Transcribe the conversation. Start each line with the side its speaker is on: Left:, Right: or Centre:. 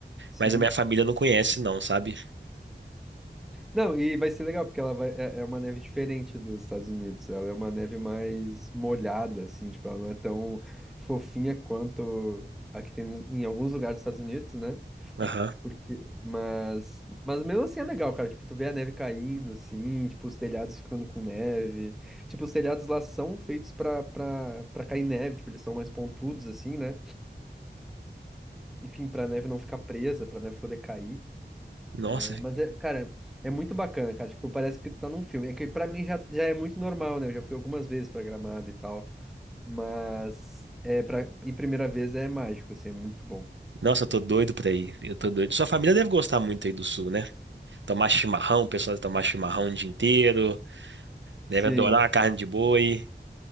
Centre: sim.
Right: Mas a minha família não conhece, não, sabe?
Centre: Não, e vai ser legal, porque ela vai, é, é uma neve diferente dos Estados Unidos. Ela é uma neve mais molhada, assim, tipo, ela não é tão fofinha quanto a que tem nos- em alguns lugares dos Estados Unidos, né?
Right: Aham.
Centre: Porque, mas, mas mesmo assim é legal, cara. Tipo, tu vê a neve caindo, assim, tipo, os telhados ficando com neve. Tipo, os telhados lá são feitos pra, pra, pra cair neve, tipo, eles são mais pontudos, assim, né? Enfim, pra neve não ficar presa, pra neve poder cair.
Right: Nossa.
Centre: É, mas, é, cara, é muito bacana, cara. Tipo, parece que tu tá num filme. É que pra mim já, já é muito normal, né? Eu já fui algumas vezes pra Gramado e tal. Mas, é, pra, e primeira vez é mágico, assim, é muito bom.
Right: Nossa, eu tô doido pra ir. Eu tô doido. Sua família deve gostar muito aí do sul, né? Tomar chimarrão, o pessoal deve tomar chimarrão o dia inteiro. Deve
Centre: Sim.
Right: adorar a carne de boi.